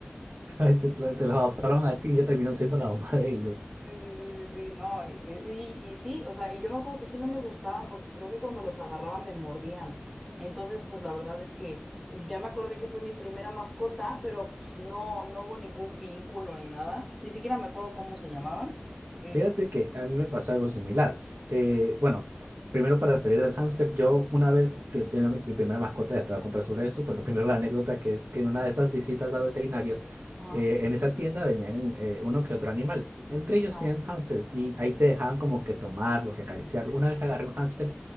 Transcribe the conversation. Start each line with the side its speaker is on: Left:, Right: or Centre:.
Right: <laughs> ay, te, la- te los adoptaron a ti y ya terminó siendo la mamá de ellos.
Centre: Sí, sí, sí, sí, sí, no, y, y- y sí, o sea, y yo me acuerdo que sí no me gustaban porque creo que cuando los agarraban me mordían. Entonces, pues la verdad es que pues, ya me acordé que fue mi primera mascota, pero pues no, no hubo ningún vínculo ni nada. Ni siquiera me acuerdo cómo se llamaban. Este,
Right: Fíjate que a mí me pasó algo similar. Eh, bueno, primero para salir del hámster, yo una vez, yo tenía mi, mi primera mascota, ya te voy a contar sobre eso, pero primero la anécdota que es que en una de esas visitas al veterinario,
Centre: ajá,
Right: eh, en esa tienda venían eh, uno que otro animal. Entre ellos
Centre: ajá,
Right: tenían hámsters y ahí te dejaban como que tomarlos y acariciarlos. Una vez agarré un hámster